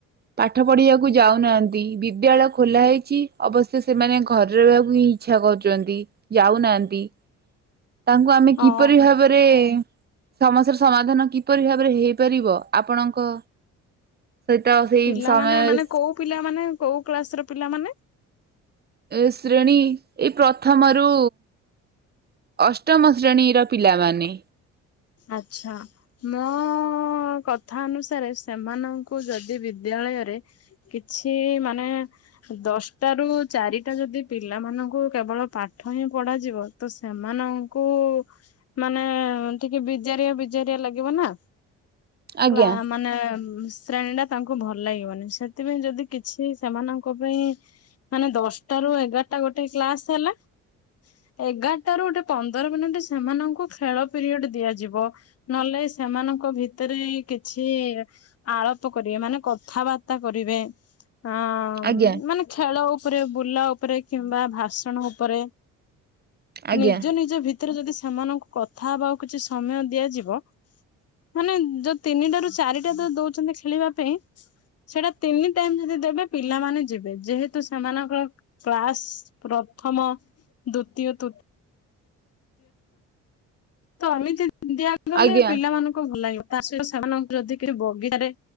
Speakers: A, on the right; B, on the left.
A: ପାଠ ପଢିବାକୁ ଯାଉନାହାନ୍ତି ବିଦ୍ୟାଳୟ ଖୋଲା ହେଇଛି ଅବଶ୍ୟ ସେମାନେ ଘରେ ରହିବାକୁ ହିଁ ଇଚ୍ଛା କରୁଚନ୍ତି ଯାଉନାହାନ୍ତି ତାଙ୍କୁ ଆମେ କିପରି
B: ଓହୋ
A: ଭାବରେ ସମସ୍ୟାର ସମାଧାନ କିପରି ଭାବରେ ହେଇପାରିବ ଆପଣଙ୍କ ସହିତ ସେଇ
B: ପିଲାମାନେ
A: ସମୟ
B: ମାନେ କୋଉ ପିଲାମାନେ କଉ କ୍ଲାସ ର ପିଲାମାନେ?
A: ଏ ଶ୍ରେଣୀ ଏଇ ପ୍ରଥମରୁ ଅଷ୍ଟମ ଶ୍ରେଣୀର ପିଲାମାନେ।
B: ଆଚ୍ଛା। ମୋ କଥା ଅନୁସାରେ ସେମାନଙ୍କୁ ଯଦି ବିଦ୍ୟାଳୟରେ କିଛି ମାନେ ଦଶଟା ରୁ ଚାରିଟା ଯଦି ପିଲାମାନଙ୍କୁ କେବଳ ପାଠ ହିଁ ପଢାଯିବ ତ ସେମାନଙ୍କୁ ମାନେ ଟିକେ ବିଜାରିଆ ବିଜାରିଆ ଲାଗିବ ନା।
A: ଆଜ୍ଞା।
B: କ୍ଲା ମାନେ ଶ୍ରେଣୀ ଟା ତାଙ୍କୁ ଭଲ ଲାଗିବନି ସେଥିପାଇଁ ଯଦି କିଛି ସେମାନଙ୍କ ପାଇଁ ମାନେ ଦଶଟା ରୁ ଏଗାରଟା ଗୋଟେ କ୍ଲାସ ହେଲା ଏଗାରଟା ରୁ ଗୋଟେ ପନ୍ଦର ମିନିଟ ସେମାନଙ୍କୁ ଖେଳ ପିରିୟଡ ଦିଆଯିବ। ନହେଲେ ନାଇଁ ସେମାନଙ୍କ ଭିତରେ କିଛି ଆଳପ କରିବେ ମାନେ କଥାବାର୍ତ୍ତା କରିବେ ଅ ହ
A: ଆଜ୍ଞା
B: ମାନେ ଖେଳ ଉପରେ ବୁଲା ଉପରେ କିମ୍ବା ଭାଷଣ ଉପରେ
A: ଆଜ୍ଞା।
B: ନିଜ ନିଜ ଭିତରେ ଯଦି ସେମାନଙ୍କୁ କଥା ହବାକୁ କିଛି ସମୟ ଦିଆଯିବ ମାନେ ଯୋଉ ତିନିଟ ରୁ ଚାରିଟା ଯୋ ଦଉଛନ୍ତି ଖେଳିବା ପାଇଁ ସେଇଟା ତିନି ଟାଇମ ଯଦି ଦେବେ ପିଲାମାନେ ଯିବେ। ଯେହେତୁ ସେମାନଙ୍କର କ୍ଲାସ ପ୍ରଥମ, ଦ୍ଵିତୀୟ, ତୃ ତ ଏମିତି ଦିଆଗଲେ
A: ଆଜ୍ଞା।
B: ପିଲାମାନଙ୍କୁ ଭଲ ଲାଗିବ। ତା ସହିତ ସେମାନଙ୍କୁ ଯଦି କି ବଗିଚାରେ